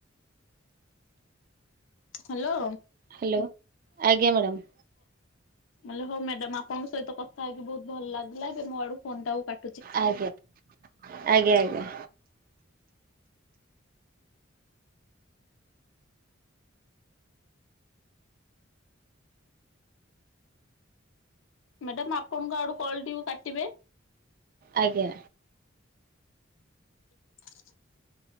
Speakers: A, on the left; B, on the right.
A: ହାଲୋ।
B: ହାଲୋ ଆଜ୍ଞା ମାଡ଼ାମ।
A: ଆଲୋ ହୋଉ ମ୍ୟାଡାମ ଆପଙ୍କ ସହିତ କଥା ହେଇକି ବୋହୁତ ଭଲ ଲାଗିଲା ଏବେ ମୋ ଆଡୁ ଫୋନ୍ ଟାକୁ କା
B: ଆଜ୍ଞା ଆଜ୍ଞା ଆଜ୍ଞା।
A: ମ୍ୟାଡାମ ଆପଣଙ୍କ ଆଡୁ କଲଟିକୁ କାଟିବେ।
B: ଆଜ୍ଞା।
A: <inaudible>